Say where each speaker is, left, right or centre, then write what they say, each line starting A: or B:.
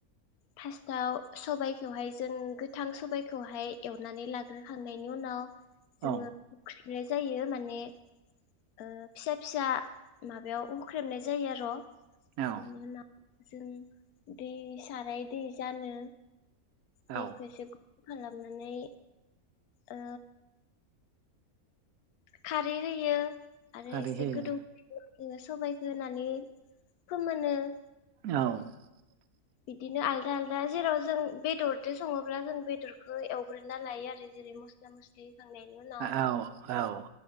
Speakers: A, on the left; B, on the right.
A: फास्ताआव सबाइखौहाय जों गोथां सबाइखौहाय एवनानै लाग्रोखांनायनि उनाव जोंआ
B: औ
A: फुख्रि फ्रोआय जायो माने ओ फिसा फिसा माबायाव हख्रेबनाय जायो आर'।
B: औ
A: इनि उना जों दै साराय दि जानो दै
B: औ
A: खोसोख खालामनानै ओ खारै होयो आरो
B: खारै
A: एसे
B: होयो
A: गोदौ जोङो सबायखौ होनानै फोमोनो ‌।
B: औ।
A: बिदिनो आलदा आलदा जेराव जों बेदरजों सङोब्ला जों बेदरखौ एवग्रोना लायो आरो जेरै मस्ला मस्लि होखांनायनि उनाव
B: औ औ।